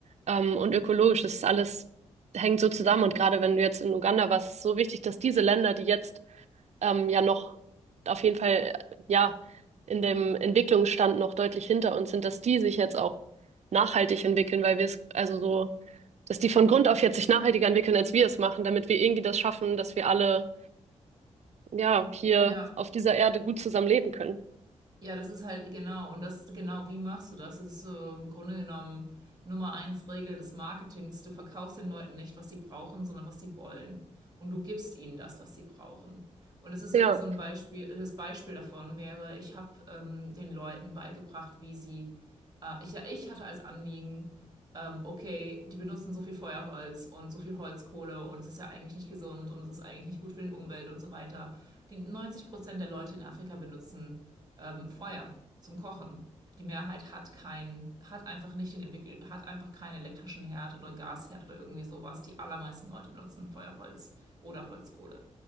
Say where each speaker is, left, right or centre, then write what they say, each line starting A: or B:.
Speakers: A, on the right; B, on the right.
A: ähm, und ökologisch, das ist alles hängt so zusammen. Und gerade wenn du jetzt in Uganda warst, ist es so wichtig, dass diese Länder, die jetzt ähm, ja noch auf jeden Fall ja in dem Entwicklungsstand noch deutlich hinter uns sind, dass die sich jetzt auch nachhaltig entwickeln, weil wir es, also so dass die von Grund auf jetzt sich nachhaltiger entwickeln, als wir es machen, damit wir irgendwie das schaffen, dass wir alle, ja, hier
B: ja,
A: auf dieser Erde gut zusammen leben können.
B: Ja, das ist halt genau, und das ist genau, wie machst du das? Das ist so im Grunde genommen Nummer eins Regel des Marketings. Du verkaufst den Leuten nicht, was sie brauchen, sondern was sie wollen. Und du gibst ihnen das, was sie brauchen. Und es ist
A: Ja,
B: irgendwie so ein Beispiel, das Beispiel davon wäre, ich habe ähm, den Leuten beigebracht, wie sie, äh, ich, ich hatte als Anliegen, ähm, okay, die benutzen so viel Feuerholz und so viel Holzkohle und es ist ja eigentlich nicht gesund und es ist eigentlich nicht gut für den Umwelt und so weiter. Die 90 Prozent der Leute in Afrika benutzen ähm, Feuer zum Kochen. Die Mehrheit hat keinen, hat einfach nicht den entwickelt, hat einfach keinen elektrischen Herd oder Gasherd oder irgendwie sowas. Die allermeisten Leute benutzen Feuerholz oder Holzkohle.